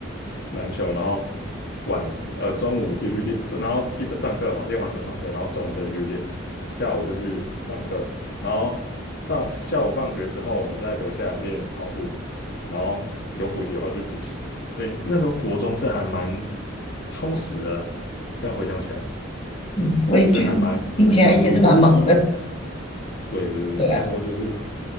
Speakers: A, on the left; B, on the left.
A: 篮球，然后晚是呃中午继续练，就然后一边上课嘛，练完球上课，然后中午再继续练，下午就去上课，然后上下午放学之后，我们再留下来练跑步，然后有补习的话就补习，所以那时候国中是还蛮充实的啦，但回想起来
B: 嗯，我也觉得听起来也是蛮忙的。
A: 就是还蛮蛮忙碌的。对对对，
B: 对啊，
A: 那时候就是